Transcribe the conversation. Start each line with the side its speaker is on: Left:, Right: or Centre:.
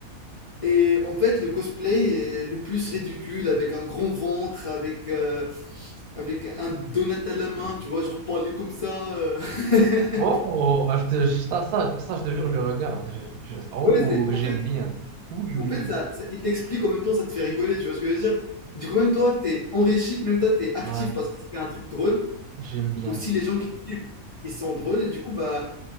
Left: Et en fait, le cosplay est le plus ridicule, avec un grand ventre, avec euh, avec un donut à la main, tu vois, genre parler comme ça. euh. <laughs>
Right: Oh, ah, je te- ça, ça, ça, je te jure, je regarde. Je- je- oh,
Left: ouais, c'est en
Right: j'aime
Left: fait
Right: bien. Oui, oui,
Left: En fait,
Right: oui.
Left: ça, ça- il t'explique en même temps, ça te fait rigoler, tu vois ce que je veux dire? Du coup, même toi, t'es enrichi, même toi, t'es actif
Right: Ouais,
Left: parce que tu fais un truc drôle.
Right: j'aime bien.
Left: Aussi, les gens qui te suivent, ils sont drôles, et du coup, bah,